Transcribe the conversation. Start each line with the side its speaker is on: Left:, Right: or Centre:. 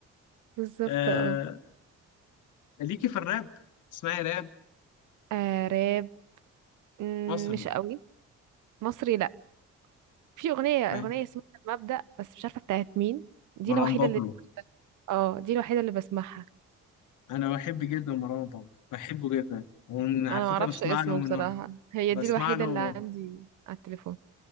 Right: بالظبط
Left: آه...
Right: اه
Left: ليكي في الراب اسمعي راب
Right: آه، راب مم،
Left: مصري
Right: مش قوي مصري لا في اغنية
Left: اسمعي
Right: اغنية اسمها المبدأ بس مش عارفة بتاعت مين دي
Left: مروان
Right: الوحيدة
Left: بابلو
Right: اللي اه دي الوحيدة اللي بسمعها
Left: أنا بحب جدا مروان بابلو بحبه جدا وعلى
Right: انا
Left: فكرة
Right: معرفش
Left: بسمع
Right: اسمه
Left: له من
Right: بصراحة هي
Left: بسمع
Right: دي الوحيدة
Left: له
Right: اللي عندي على التليفون